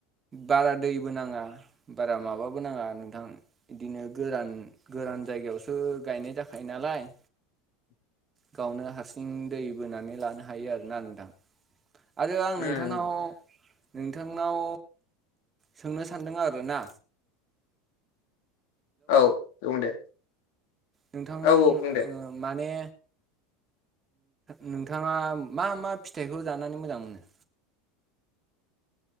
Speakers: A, on the right; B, on the left.
A: बारा दैबो नाङा बारा माबाबो नाङा नोंथां इदिनो गोरान गोरान गुबुन जायगायावसो गायनाय जाखायो नालाय
B: <inaudible>
A: गावनो हारसिं दै बोनानै लानो हायो आरोना नोंथां आरो आं
B: उम
A: नोंथांनाव नोंथांनाव सोंनो सानदों आरो ना
B: औ बुं दे
A: नोंथां
B: औ औ बुं दे
A: माने
B: <inaudible>
A: नोंथाङा मा मा फिथाइखौ जानानै मोजां मोनो?